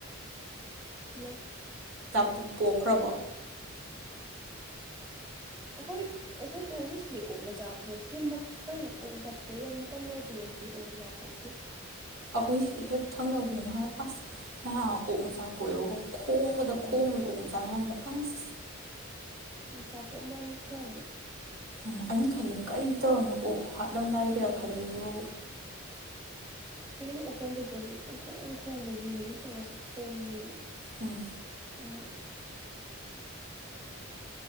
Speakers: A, on the right; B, on the right.
A: ꯂꯩ
B: ꯑꯗꯨ ꯄꯣꯛꯈ꯭ꯔꯕ
A: ꯑꯩꯈꯣꯏ ꯑꯩꯈꯣꯏ ꯑꯣꯛꯕꯁꯤꯗꯤ ꯑꯣꯛ ꯃꯆꯥ ꯄꯣꯛꯇꯤ ꯀꯩꯅꯣ ꯑꯣꯛ ꯃꯇꯝ ꯌꯧꯗ꯭ꯔꯤꯕ ꯑꯅꯤ ꯑꯣꯖꯥꯄꯣꯛꯇꯦ
B: ꯑꯩꯈꯣꯏ ꯍꯦꯛ ꯊꯪꯅꯕꯕꯁꯤ ꯅꯍꯥꯟ ꯑꯁ ꯅꯍꯥꯟ ꯑꯣꯛ ꯃꯆꯥ ꯄꯣꯛꯑꯦꯕꯀꯣ ꯈꯣꯡꯕꯗ
A: ꯎꯝ
B: ꯈꯣꯡꯉꯕ ꯎꯛ ꯃꯆꯥ ꯃꯌꯥꯝꯗꯣ ꯑꯁ
A: ꯆꯥꯄꯣꯝꯗꯥꯏ ꯈꯣꯡ
B: ꯎꯝ ꯑꯩꯅ ꯈꯜꯜꯂꯤꯦ ꯀꯔꯤ ꯇꯧꯔꯝꯅ ꯑꯣ ꯍꯥꯠꯂꯝꯗꯥꯏꯒꯤꯔ ꯈꯜꯂꯦ ꯑꯗꯨꯒ
A: ꯃꯣꯏꯒꯤ ꯎꯀꯣꯟ ꯆꯠꯄꯁꯦ ꯄꯨꯡꯈꯣꯡ ꯈꯣꯡꯕꯒꯤ ꯃꯤꯠꯌꯦꯡ ꯇꯣꯡꯉꯁꯨ ꯈꯣꯡꯅꯤ
B: ꯎꯝ
A: ꯑꯩꯈꯣꯏ